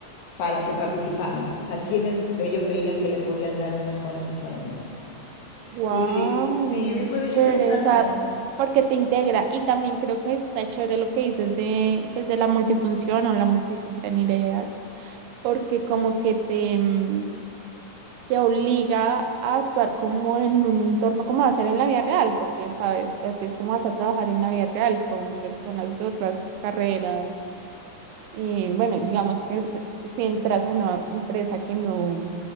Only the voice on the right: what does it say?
Wow,
qué
chévere,
o sea, porque te integra y también creo que está chévere lo que dices de, pues, de la multifunción o la multidisciplinariedad, porque como que te, mm, te obliga a actuar como en un entorno como va a ser en la vida real, porque sabes, así es como vas a trabajar en la vida real con personas de otras carreras, Y bueno, digamos que s- si entras a una empresa que no,